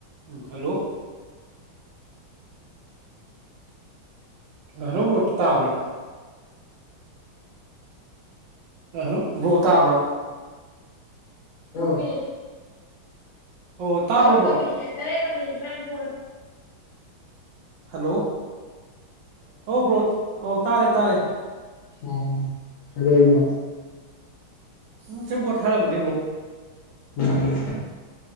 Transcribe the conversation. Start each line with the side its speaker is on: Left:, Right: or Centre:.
Right: ꯎ ꯍꯜꯂꯣ ꯑꯅꯕ꯭ꯔꯣꯠ ꯇꯥꯕ꯭ꯔꯥ ꯍꯜꯂꯣ ꯕ꯭ꯔꯣ ꯇꯥꯕ꯭ꯔꯣ
Left: ꯃꯤ
Right: ꯑꯣ ꯇꯥꯕ꯭ꯔꯣ
Left: ꯇꯔꯨ
Right: ꯕ꯭ꯔꯣ
Left: ꯀꯃꯤ ꯇꯔꯦ ꯭ꯔꯥꯏꯟꯁ ꯐ
Right: ꯍꯂꯣ ꯑꯣ ꯭ꯔꯣ ꯑꯣ ꯇꯥꯔꯦ ꯇꯥꯔꯦ
Left: ꯑ ꯀꯗ ꯀꯅ
Right: ꯎꯁꯕꯣꯠ ꯈꯔꯥ ꯑꯃꯅꯤꯅꯤ
Left: ꯎꯝ